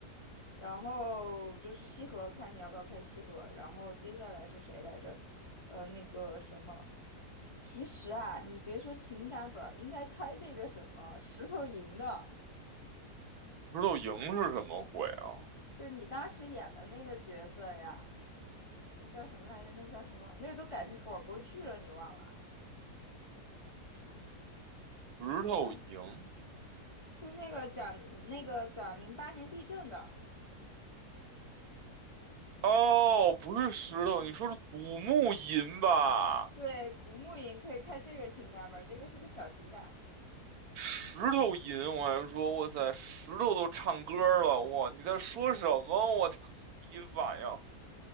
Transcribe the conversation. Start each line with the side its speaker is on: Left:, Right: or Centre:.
Left: 然后就是西河，看你要不要开西河。然后接下来是谁来着？呃，那个什么，其实啊，你别说情感本儿，应该开那个什么石头营的，
Right: 石头营是什么鬼啊？
Left: 就是你当时演的那个角色呀。那叫什么来着？那叫什么？那个都改成广播剧了，你忘了？
Right: 石头营？
Left: 那叫就是那个讲那个讲零八年地震的，
Right: 哦，不是石头，你说是古墓吟吧？
Left: 对，古墓营可以开这个情感本儿，这个是个小情感，
Right: 石头吟，我还说，哇塞，石头都唱歌了，哇，你在说什么？我操，第一反应，